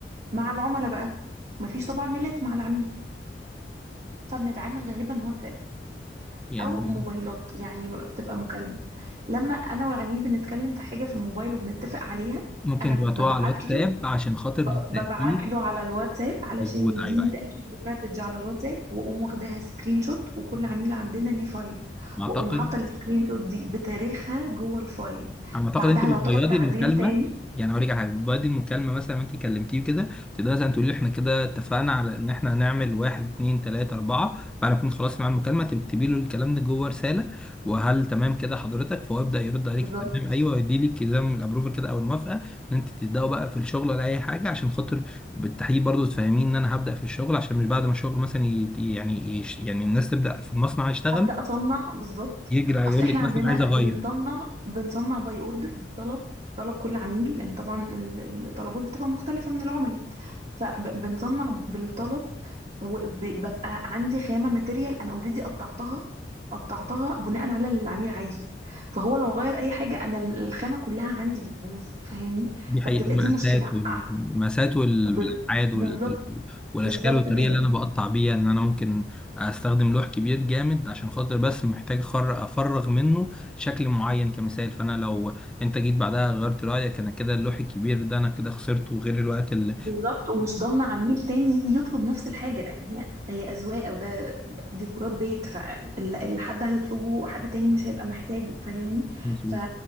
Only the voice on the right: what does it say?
مع العملاء بقى مفيش طبعا ميلات مع العميل فبنتعامل غالبا واتساب
او موبايلات يعني بتبقى مكالمه لما انا والعميل بنتكلم في حاجه في الموبايل وبنتفق عليها
انا
ببعت
له
ببعت له على الواتساب علشان
يديني
تاكيد بالمسج على الواتساب واقوم واخداها سكرين شوت وكل عميل عندنا ليه فايل
واقوم حاطه السكرين شوت دي بتاريخها جوه الفايل
بعدها
لو طلب تعديل
تاني
بالظبط
ابدا اصنع بالظبط
اصل
احنا
عندنا
بنصنع بنصنع باي اوردر بالطلب طلب كل عميل لان طبعا ال- الطلبات بتبقى مختلفه من العملاء فبنصنع بالطلب وببقى عندي خامة ماتيريال انا اوريدي قطعتها قطعتها بناء على اللي العميل عايزه فهو لو غير اي حاجة انا الخامة كلها عندي بتبوظ فاهمني
فبتبقى
دي مشكلة
ع-
ب-
بالظبط
بالظبط
كده
بالظبط ومش ضامنة عميل تاني يجي يطلب نفس الحاجة لأن هي هي أذواق أو ده ديكورات بيت فاللي حد هيطلبه حد تاني مش هيبقى محتاجه فاهمني
ف...